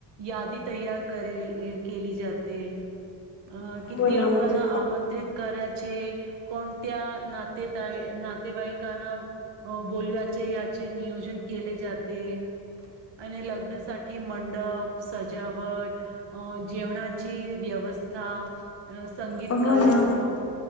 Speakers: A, on the right; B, on the left.
A: यादी तयार करेली केली जाते. अ किती
B: हो ना
A: लोकांना
B: म्हणजे
A: आमंत्रित करायचे. कोणत्या नातेताई नातेवाईकांना बोल्याचे याचे नियोजन केले जाते. आणि लग्नासाठी मंडप सजावट अ जेवणाची व्यवस्था संगीत
B: हो
A: कार्यक्रम,
B: ना